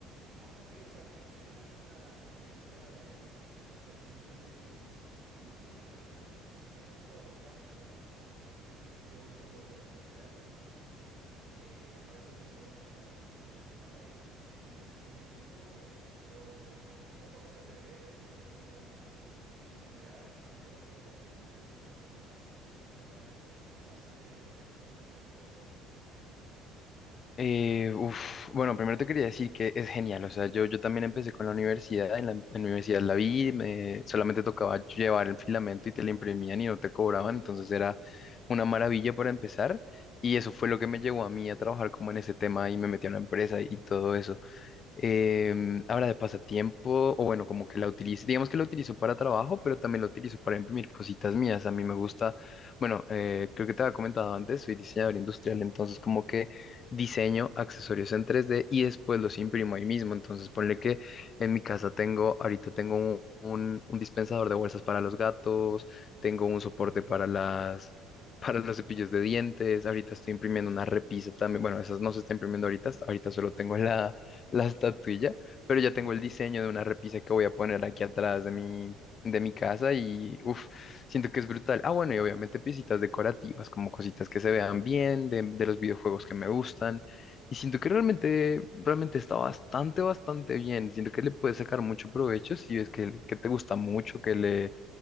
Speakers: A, on the right (about 65°); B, on the left (about 45°).
A: Ah, ok, o sea, ti- tú tienes una impresora de, creo que las dimensiones, sí, no son de 30 por 30, porque yo no uso, bueno, yo no tengo una impresora propia, yo uso los de la universidad, por eso es que como que eh, a veces me suelo quedar ahí, pido prestado y mientras se está imprimiendo, eh, yo me pongo a hacer deberes o me pongo a eh, estudiar, qué sé yo, pero oye, qué interesante esto de la, de la estatilla. ¿Y qué más eh, objetos has hecho ahí? ¿Qué otras impresiones has hecho?
B: Eh, uf, bueno, primero te quería decir que es genial, o sea, yo, yo también empecé con la universidad, en la, en la universidad la vi, me- solamente tocaba llevar el filamento y te lo imprimían y no te cobraban, entonces era una maravilla para empezar y eso fue lo que me llevó a mí a trabajar como en ese tema y me metí a una empresa y todo eso. Em, ahora de pasatiempo, o bueno, como que la utilizo, digamos que la utilizo para trabajo, pero también la utilizo para imprimir cositas mías. A mí me gusta, bueno, eh, creo que te había comentado antes, soy diseñador industrial, entonces como que diseño accesorios en tres d y después los imprimo ahí mismo. Entonces ponle que en mi casa tengo, ahorita tengo un, un- un dispensador de bolsas para los gatos, tengo un soporte para las... <laughs> para los cepillos de dientes, ahorita estoy imprimiendo una repisa también, bueno, esas no se está imprimiendo ahorita, ahorita solo tengo la, la estatuilla, pero ya tengo el diseño de una repisa que voy a poner aquí atrás de mi, de mi casa y uff, siento que es brutal. Ah, bueno, y obviamente piecitas decorativas, como cositas que se vean bien, de, de los videojuegos que me gustan. Y siento que realmente, realmente está bastante, bastante bien. Siento que le puedes sacar mucho provecho si ves que, que te gusta mucho, que le,